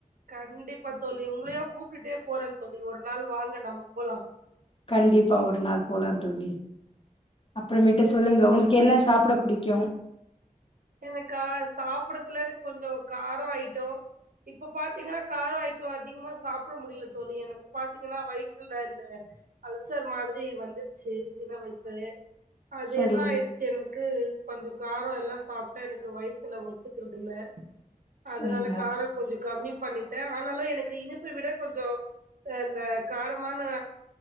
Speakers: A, on the right; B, on the left.
A: கண்டிப்பா தோழி உங்களையு கூப்ட்டுட்டே போறேன் தோழி ஒரு நாள் வாங்க நம்ம போலா
B: கண்டிப்பா ஒரு நாள் போலாந் தோழி அப்புறமேட்டு
A: சேரிங்க
B: சொல்லுங்க உங் என்ன சாப்ட புடிக்கு
A: எனக்கா சாப்பிடதுல எனக்கு கொஞ்சோ காரோ அய்ட்டோ இப்ப பாத்தீங்கன்னா காரோ அய்ட்டோ அதிகமா சாப்ட முடில தோழி எனக்கு பாத்தீங்னா வயித்துல இந்த அல்சர் மாரி வந்திருச்சு சின்ன வயசுல அது
B: சரி,
A: என்ன ஆயிருச்சு எனக்கு கொஞ்சோ காரோ எல்லா சா ப்ட்டா எனக்கு வயித்துல ஒத்துக்கிறது இல்ல
B: சரிங்க.
A: அதனால காரோ கொஞ்சோ கம்மி பண்ணிட்ட ஆனாலு எனக்கு இனிப்ப விட கொஞ்சோ அ இந்த காரமான